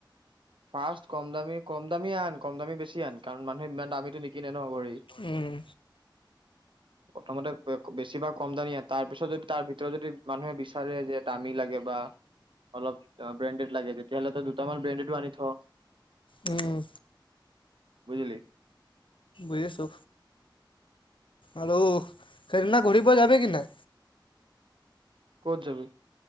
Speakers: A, on the right; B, on the left.
A: ফাৰ্ষ কম দামী কম দামী আন কম দামী বেছি আন কাৰণ মানুহে ইমান দামীো নিকিনে ন ঘড়ি
B: উম
A: প্ৰথমতে বেছিভাগ কম দানিয়া তাৰ পিছত যদি তাৰ ভিতৰত যদি মানুহে বিচাৰে যে দামী লাগে বা। অলপ ব্ৰেণ্ডেড লাগে তেতিয়াহ'লে দুটামান ব্ৰেণ্ডেড আনি থ-
B: উম!
A: বুজিলি?
B: বুজিছোঁ আৰু সেইদিনা ঘূৰি পোৱা যাবি কি নাই
A: ক'ত যাবি?